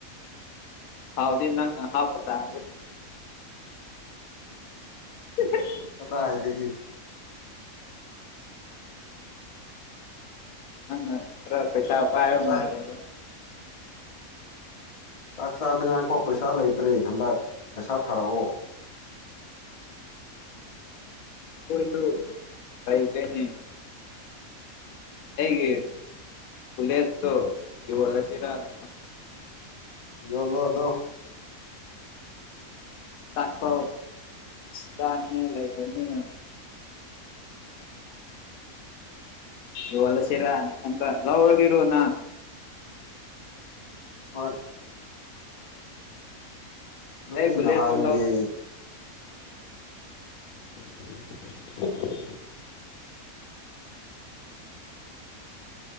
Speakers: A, on the left; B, on the left.
A: ꯊꯥꯎꯗꯤ ꯅꯪꯅ ꯍꯥꯥꯞꯄ ꯇꯥꯔ‌ꯦ <unintelligible>
B: ꯀꯗꯥꯏꯗꯒꯤ
A: ꯅꯪꯅ ꯈꯔ ꯄꯩꯁꯥ ꯄꯥꯏꯕ
B: ꯆꯥꯛ
A: ꯃꯥꯜꯂ‌ꯦꯕ
B: ꯆꯥꯛ ꯆꯥꯅꯤꯉꯥꯏꯐꯥꯎ ꯄꯩꯁꯥ ꯂꯩꯇ꯭ꯔꯦ ꯍꯟꯗꯛ ꯄꯩꯁꯥ ꯊꯥꯔꯛꯑꯣ <inaudible>
A: ꯈ‌ꯣꯏꯁꯨ ꯂꯩꯇ‌ꯦꯅ‌ꯦ ꯑꯩꯒꯤ ꯕꯨꯂꯦꯠꯇꯣ ꯌꫭꯜꯂꯥꯁꯤꯔꯅ
B: ꯌꯣꯜꯂꯣ ꯑꯗꫭ
A: ꯆꯥꯛꯄꯧ ꯆꯥꯅꯤꯉꯥꯏ ꯂꯩꯇꯕꯅꯤꯅ ꯌꯣꯜꯂꯁꯤꯔꯅ ꯈꯟꯕ ꯂꯧꯔꯒꯦꯔꯣ ꯅ
B: ꯍꯣꯏ ꯅꯪꯒꯤ
A: ꯑꯩ ꯕꯨꯂ‌ꯦꯠꯇꫭ
B: ꯅꯍꯥꯟꯒꯤ
A: ꯂꯧ <inaudible>